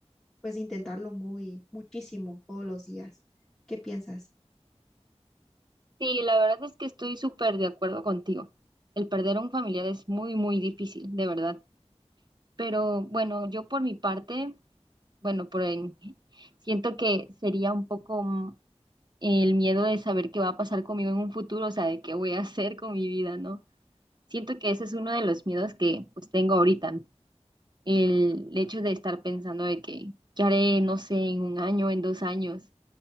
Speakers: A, in the centre; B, on the right.
A: pues intentarlo muy muchísimo todos los días. ¿Qué piensas?
B: Sí, la verdad es que estoy súper de acuerdo contigo. El perder a un familiar es muy, muy difícil, de verdad. Pero bueno, yo por mi parte, bueno, por en- siento que sería un poco el miedo de saber qué va a pasar conmigo en un futuro, o sea, de qué voy a hacer con mi vida, ¿no? Siento que ese es uno de los miedos que pues tengo ahorita, ¿no? el hecho de estar pensando de que, ¿qué haré, no sé, en un año, en dos años